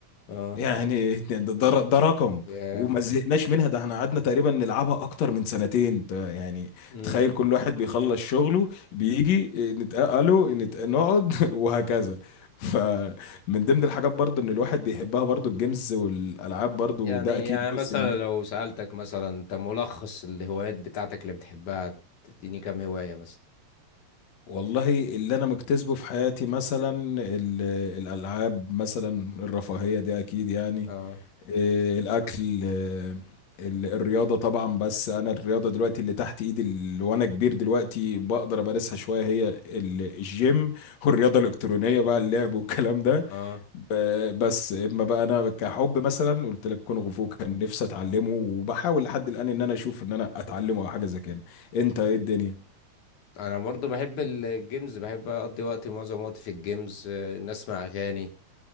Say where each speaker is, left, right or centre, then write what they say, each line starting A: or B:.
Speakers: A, on the left (about 80°); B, on the left (about 70°).
A: اه
B: يعني ده, ده, ده رقم
A: ياه
B: وما زهقناش منها ده احنا قعدنا تقريبا نلعبها اكتر من سنتين ت- يعني
A: امم
B: تخيل كل واحد بيخلص شغله بيجي إيه، نتق- الو نت- نقعد <laughs> وهكذا فمن ضمن الحاجات برضو ان الواحد بيحبها برضو الجيمز والالعاب برضو
A: يعني
B: ده اكيد
A: يعني
B: جزء
A: مثلا
B: من
A: لو سألتك مثلا انت ملخص الهوايات بتاعتك اللي بتحبها تديني كام هواية مثلا
B: والله اللي انا مجتذبه في حياتي مثلا ال- الالعاب مثلا الرفاهيه دي اكيد يعني
A: اه
B: إيه، الاكل آه، ال- الرياضه طبعا بس انا الرياضه دلوقتي اللي تحت ايدي اللي وانا كبير دلوقتي بقدر امارسها شويه هي ال- الجيم والرياضه الالكترونيه بقى اللعب والكلام ده
A: اه
B: ب- بس اما بقى انا كحب مثلا قلت لك كونغ فو كان نفسي اتعلمه وبحاول لحد الان ان انا اشوف ان انا اتعلمه او حاجه زي كده انت ايه الدنيا
A: انا برضو بحب الجيمز بحب اقضي وقتي معظم وقتي في الجيمز آه، ان اسمع اغاني